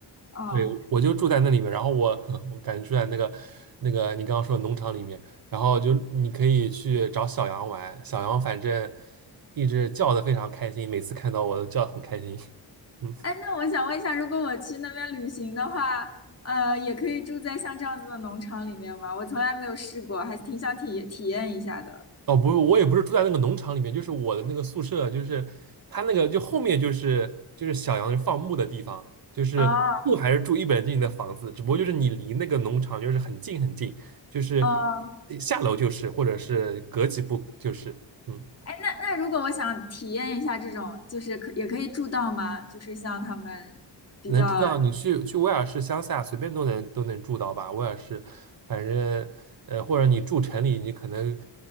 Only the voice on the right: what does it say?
对，我就住在那里面，然后我 <laughs> 我感觉住在那个那个你刚刚说的农场里面，然后就你可以去找小羊玩，小羊反正一直叫的非常开心，每次看到我都叫得很开心。<laughs> 嗯，
哦，不是，我也不是住在那个农场里面，就是我的那个宿舍，就是它那个就后面就是就是小羊放牧的地方，就是住还是住一本正经的房子，
只不过就是你离那个农场就是很近很近，就是
下楼就是，或者是隔几步就是，嗯。
能住到你去去威尔士乡下，随便都能都能住到吧。威尔士，反正呃，或者你住城里，你可能